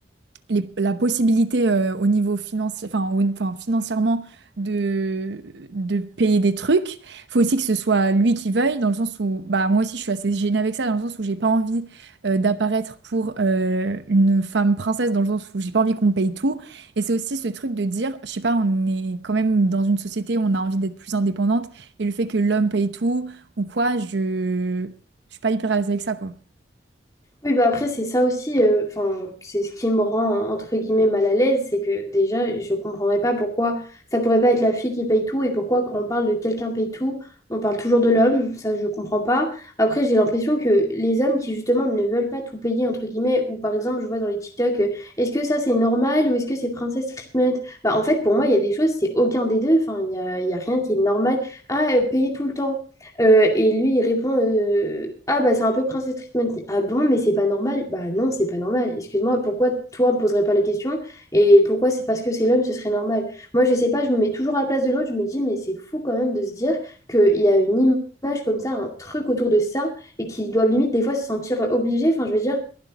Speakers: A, on the right; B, on the left.
A: les- la possibilité euh, au niveau financier, enfin, au- enfin, financièrement de, de payer des trucs. Faut aussi que ce soit lui qui veuille, dans le sens où, bah, moi aussi, je suis assez gênée avec ça, dans le sens où j'ai pas envie euh, d'apparaître pour euh, une femme princesse, dans le sens où j'ai pas envie qu'on me paye tout. Et c'est aussi ce truc de dire, je sais pas, on est quand même dans une société où on a envie d'être plus indépendante, et le fait que l'homme paye tout ou quoi, je, je suis pas hyper à l'aise avec ça, quoi.
B: Oui, bah après, c'est ça aussi, euh, enfin, c'est ce qui me rend, entre guillemets, mal à l'aise, c'est que déjà, je comprendrais pas pourquoi ça pourrait pas être la fille qui paye tout et pourquoi quand on parle de quelqu'un paye tout, on parle toujours de l'homme, ça je comprends pas. Après, j'ai l'impression que les hommes qui justement ne veulent pas tout payer, entre guillemets, ou par exemple, je vois dans les TikTok, euh, est-ce que ça c'est normal ou est-ce que c'est princess treatment? Bah en fait, pour moi, il y a des choses, c'est aucun des deux, enfin, il y a, il y a rien qui est normal. Ah, euh, payer tout le temps. Euh, et lui, il répond euh, Ah, bah, c'est un peu Princess Treatment. Ah bon, mais c'est pas normal. Bah, non, c'est pas normal. Excuse-moi, pourquoi toi, ne poserais pas la question? Et pourquoi c'est parce que c'est l'homme, ce serait normal? Moi, je sais pas, je me mets toujours à la place de l'autre. Je me dis, mais c'est fou quand même de se dire qu'il y a une image comme ça, un truc autour de ça, et qu'ils doivent limite des fois se sentir obligés. Enfin, je veux dire,